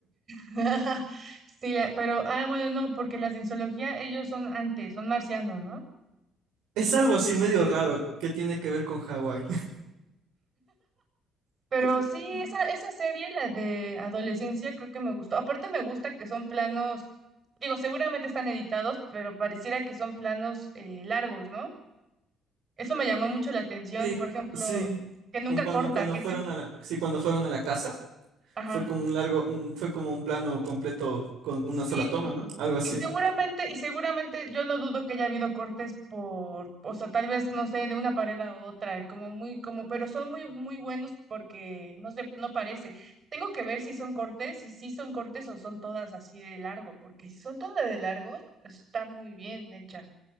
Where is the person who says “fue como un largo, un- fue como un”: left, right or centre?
Right